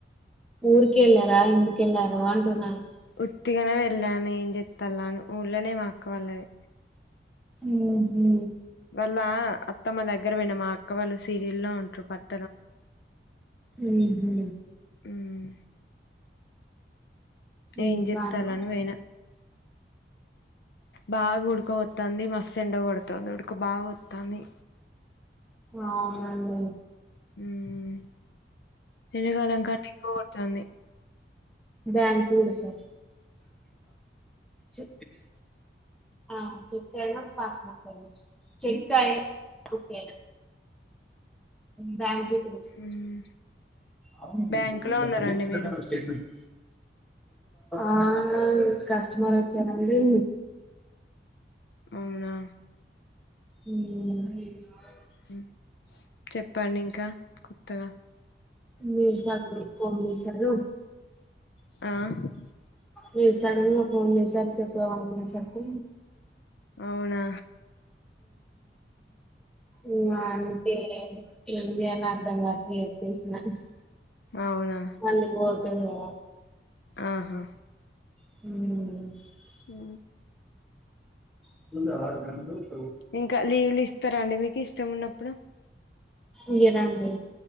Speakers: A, in the centre; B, on the left.
A: ఊరికి ఎళ్ళారా ఎందుకెళ్ళారా అంటున్నాను
B: ఉత్తిగానే వెళ్ళను ఏం చేతలా ఊళ్ళనే మాఅక్క వాళ్ళది
A: ఉహు
B: వాళ్ళ అత్తమ్మ దగ్గర పోయిన మా అక్క వాళ్ళు సీరియల్ లో ఉంటారు పట్
A: ఊహు
B: హ్మ్ ఏం
A: ఇంకా
B: చేతల్లు
A: అండి
B: అని
A: మరి
B: పోయినా బాగా ఉడకపోతది మస్తు ఎండ కొడతుంది ఉడక బాగా పోత్తంది
A: అవునండి
B: ఉమ్ ఎండకాలంకన్నా ఎక్కుకొడతాంది
A: బ్యాంక్ కూడా సార్ చి ఆ చెక్కయిన పాస్బుక్కైనా చెక్కయి బుక్కైనా బ్యాంక్ <unintelligible>
B: మ్మ్
A: అవును మీకు
B: బ్యాంక్
A: <unintelligible>
B: లో ఉన్నారండి
A: పంపిచ్చేసా
B: మీరు
A: కదా స్టేట్‌మెంట్‌ ఆ కస్టమర్ వచ్చారంండి
B: అవునా
A: ఉమ్
B: ఉమ్ చెప్పండి ఇంక కొత్తగ
A: మీరు సడన్ గా ఫోన్ చేశారు
B: <unintelligible>
A: మీరు సడన్ గా ఫోన్ చేశారు చెప్దాం అనుకునేసరికి
B: అవునా
A: ఉమ్ ఏం ఏంచేయాలో అర్థం గాట్లేదు <unintelligible>
B: అవున
A: మళ్ళీ పోతది కద
B: ఆహా
A: ఉ
B: ఉ
A: <unintelligible>
B: ఇంక లీవులు ఇస్తర అండి మీకి ఇష్టం ఉన్నప్పుడు
A: ఇయరాండి